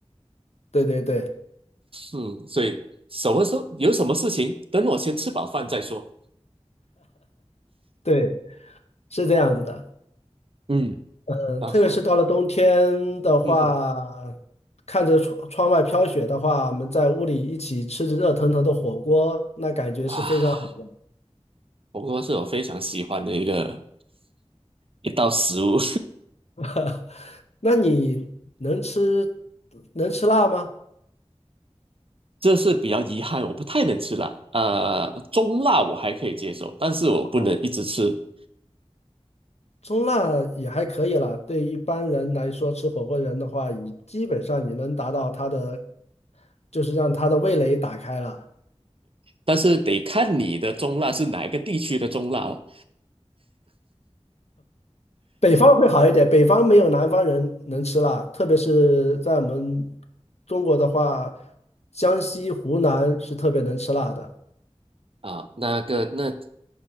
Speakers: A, on the left; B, on the right.
A: 对对对
B: 嗯，所以什么时候有什么事情，等我先吃饱饭再说。
A: 对，是这样子的。
B: 嗯，
A: 嗯，
B: 然后，
A: 特别是到了冬天的话，
B: 嗯哼，
A: 看着窗窗外飘雪的话，我们在屋里一起吃着热腾腾的火锅，那感觉是非常好。
B: 哇，火锅是我非常喜欢的一个一道食物，
A: <laughs> 那你能吃能吃辣吗？
B: <laughs> 这是比较遗憾，我不太能吃辣。呃，中辣我还可以接受，但是我不能一直吃。
A: 啊，中辣也还可以了。对一般人来说，吃火锅人的话，你基本上你能达到他的，就是让他的味蕾打开了。
B: 但是得看你的中辣是哪一个地区的中辣了
A: 北方会好一点，北方没有南方人能吃辣，特别是在我们中国的话，江西、湖南是特别能吃辣的。
B: 啊，那个那